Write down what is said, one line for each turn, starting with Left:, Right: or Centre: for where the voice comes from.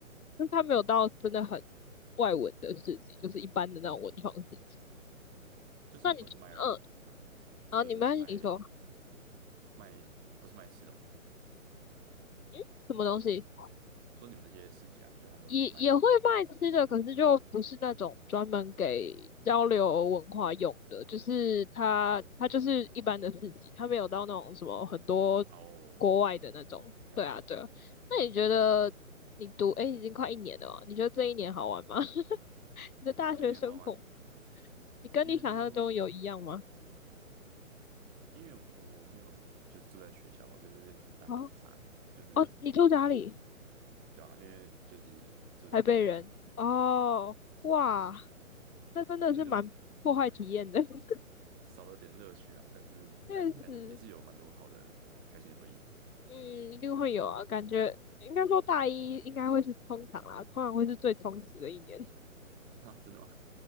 Left: 但它没有到真的很外文的四级，就是一般的那种文创市集。
Right: <laughs> 嗯，就是都是卖，
Left: 那你，嗯，
Right: 嗯，
Left: 然后你没关系，
Right: 就是卖，
Left: 你说，
Right: 嗯，卖不是卖吃的哦。
Left: 嗯，什么东西？
Right: 说你们那些市集啊，就他们都是卖什么？
Left: 也也会卖吃的，可是就不是那种专门给交流文化用的，就是它它就是一般的市集，
Right: 嗯，
Left: 它没有到那种什么很多
Right: 哦。
Left: 国外的那种。
Right: 了解，
Left: 对啊，对啊。那你觉得你读诶已经快一年了嘛？你觉得这一年好玩吗？<laughs> 你的大学生活，
Right: 这一点好吗？
Left: 你跟你想象中有一样吗？
Right: 其实就因为我没有就是住在学校，我觉得这个很大的差别，
Left: 哦
Right: 就是
Left: 哦，你住哪里？
Right: 对吧、因为就是住在台北嘛，
Left: 台北人。哦，
Right: 对吧、
Left: 哇，那真的是蛮破坏体验的，
Right: 所以就嗯
Left: <laughs>
Right: 少了点乐趣啊，但是但是还也是有蛮多好的开心的回忆啊。
Left: 确实。嗯，一定会有啊，感觉应该说大一应该会是通常啦，通常会是最充实的一年。
Right: <laughs> 啊，真的吗？